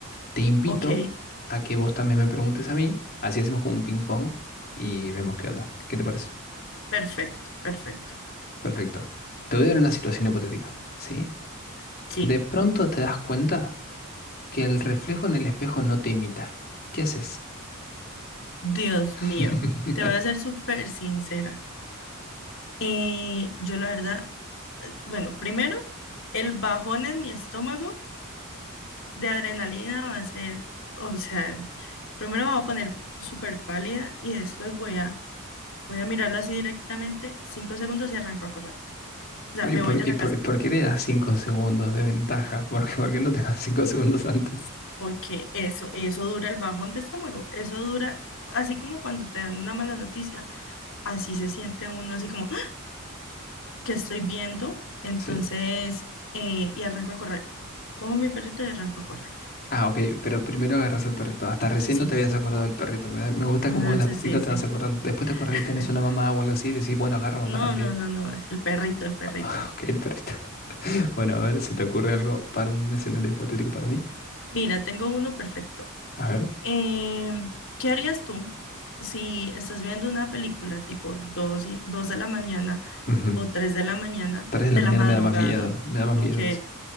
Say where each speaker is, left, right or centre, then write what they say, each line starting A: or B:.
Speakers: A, on the left (about 45°); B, on the left (about 60°).
A: Te invito
B: Ok,
A: a que vos también me preguntes a mí, así hacemos como un ping pong y vemos qué onda. ¿Qué te parece?
B: perfecto, perfecto.
A: Perfecto. Te voy a dar una situación hipotética, ¿sí?
B: Sí,
A: De pronto te das cuenta. Que el reflejo en el espejo no te imita. ¿Qué haces?
B: Dios
A: <laughs>
B: mío, te voy a ser súper sincera. Eh, yo la verdad, eh, bueno, primero, el bajón en mi estómago de adrenalina va a ser, o sea, primero me voy a poner súper pálida y después voy a, voy a mirarlo así directamente, cinco segundos y arranco a correr. O sea,
A: ¿Y
B: me
A: por,
B: voy de la
A: y por-
B: casa,
A: y por qué le das 5 segundos de ventaja? <laughs> ¿Por qué, por qué no te das 5 segundos antes?
B: porque eso, eso dura el bajón de estómago, eso dura, así como cuando te dan una mala noticia así se siente uno, así como ¡ah! qué estoy viendo, entonces,
A: Sí.
B: eh, y arranco a correr. Como mi perrito y arranco a correr.
A: Ah, ok, pero primero agarras al perrito. Hasta recién
B: Sí,
A: no te
B: sí.
A: habías acordado del perrito. Me, da- me gusta
B: no,
A: como
B: no,
A: que de
B: sí
A: a poquito
B: sí, sí.
A: te vas acordando. Después te acuerdas
B: <laughs>
A: que tenés una mamá o algo así y decís, bueno, agarra mamá
B: No,
A: también.
B: no, no, no, el perrito, el perrito.
A: <laughs> Ok, el perrito. <laughs> Bueno, a ver, ¿se te ocurre algo para un escenario hipotético para mí?
B: Mira, tengo uno perfecto.
A: A ver.
B: Eh, ¿qué harías tú si estás viendo una película tipo dos y, 2 de la mañana
A: Ujú.
B: o 3 de la mañana
A: 3 de
B: de
A: la mañana
B: la madrugada?
A: me da más miedo. Me da más
B: Ok.
A: miedo eso.